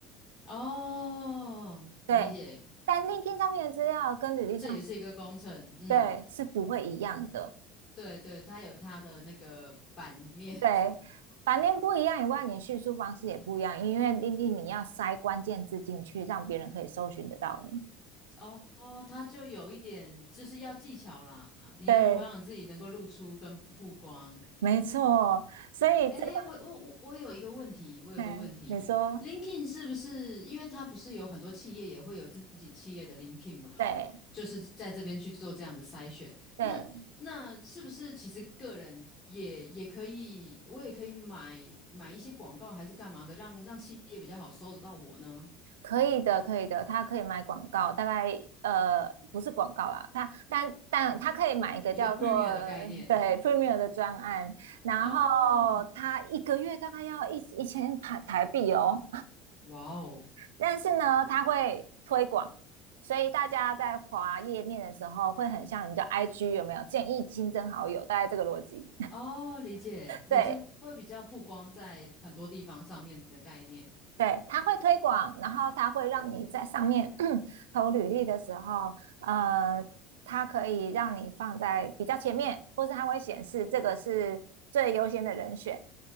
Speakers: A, on the left; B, on the right.
A: 哦，
B: 对，
A: 理解，
B: 但 LinkedIn 上面的资料跟履历上是
A: 这也是一个工程。嗯，
B: 对是不会一样的。
A: 对对，它有它的那个版面。<laughs>
B: 对，版面不一样以外，你叙述方式也不一样，因为 l i n k i n 你要塞关键字进去，让别人可以搜寻得到你。
A: 哦哦，它就有一点就是要技巧啦，你要如何让你自己能够露出跟曝光。
B: 对，没错，所以这个，
A: 哎，我我我我有一个问题，我有个问题，LinkedIn
B: 嗯，你说
A: 是不是因为它不是有很多企业也会有自己企业的 LinkedIn 吗？
B: 对
A: 就是在这边去做这样的筛选。
B: 对，
A: 那那是不是其实个人也也可以，我也可以买买一些广告还是干嘛的，让让企业比较好搜得到我呢？
B: 可以的，可以的，他可以买广告，大概呃不是广告啦，他但但他可以买一个叫做
A: 一个 Premier 的概念
B: 对 Premier 的专案，然后
A: <laughs> 哦，
B: 他一个月大概要一一千台台币哦，
A: 哇哦。
B: 但是呢，它会推广，所以大家在滑页面的时候会很像你叫 IG 有没有建议新增好友，大概这个逻辑。
A: 哦，理解，你就会比较曝光在很多地方上面的概念。
B: 对对，它会推广，然后它会让你在上面 <coughs> 投履历的时候，呃，它可以让你放在比较前面，或是它会显示这个是最优先的人选。